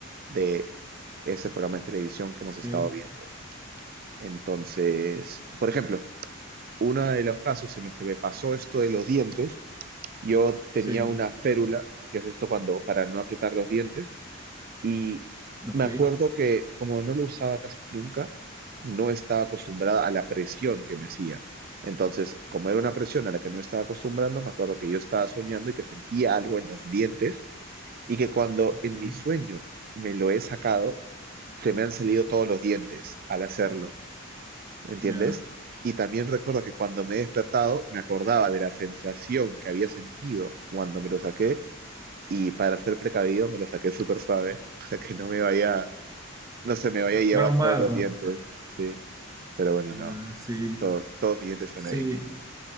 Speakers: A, on the right (about 45°); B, on the right (about 15°).
A: de ese programa de televisión que
B: Ok,
A: hemos estado viendo. Entonces, por ejemplo, uno de los casos en los que me pasó esto de los dientes, yo tenía
B: sí,
A: una férula, que es esto cuando, para no apretar los dientes, y
B: ok,
A: me acuerdo que como no lo usaba casi nunca, no estaba acostumbrada a la presión que me hacía. Entonces, como era una presión a la que no estaba acostumbrando, me acuerdo que yo estaba soñando y que sentía algo en los dientes y que cuando
B: ok,
A: en mi sueño me lo he sacado, se me han salido todos los dientes al hacerlo. ¿me entiendes?
B: ya.
A: Y también recuerdo que cuando me he despertado me acordaba de la sensación que había sentido cuando me lo saqué y para ser precavido me lo saqué súper suave, <laughs> o sea que no me vaya, no se me vaya a llevar
B: Traumado,
A: todos los dientes, sí, pero bueno,
B: ya,
A: no,
B: sí,
A: todo- todos mis dientes están
B: sí.
A: ahí.